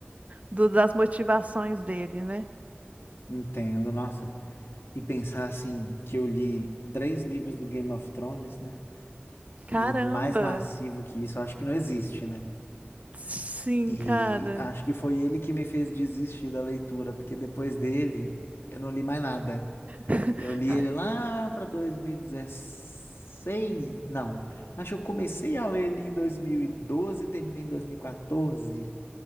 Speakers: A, on the right; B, on the left.
A: do- das motivações dele, né?
B: Entendo, nossa. E pensar assim, que eu li três livros do Game of Thrones, né?
A: Caramba!
B: Que mais massivo que isso, acho que não existe, né?
A: Sim,
B: E
A: cara.
B: acho que foi ele que me fez desistir da leitura, porque depois dele eu não li mais nada.
A: <laughs>
B: Eu li ele lá para 2016, não. Acho que eu comecei a ler ele em dois mil e doze e terminei em 2014,